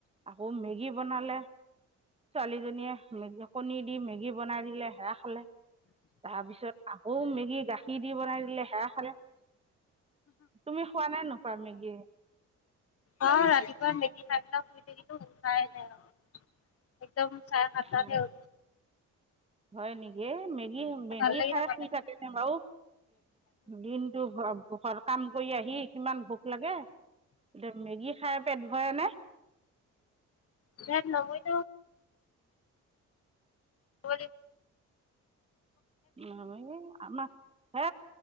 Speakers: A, on the right; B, on the left.
A: আকৌ মেগী বনালে ছোৱালীজনীয়ে মেগী কণী দি মেগী বনাই দিলে সেয়া খালে তাৰপিছত আকৌ মেগি গাখীৰ দি বনাই দিলে সেয়া খালে তুমি খোৱা নাই নো মেগি
B: অ ৰাতিপুৱা মেগি খাই দিলোঁ শুই থাকিলোঁ উঠাই নাই একদম চাহ একাপ
A: হয় হয় নেকি এ মেগী মেগী
B: ভাল লাগি
A: খাই
B: থকা
A: শুই
B: নাই।
A: থাকে নে বাৰু দিনতটো ঘৰত কাম কৰি আহি কিমান ভোক লাগে এতিয়া মেগী খাই পেট ভৰে নে
B: পেত নভৰিলেও হ
A: নালাগে। আমাৰ সে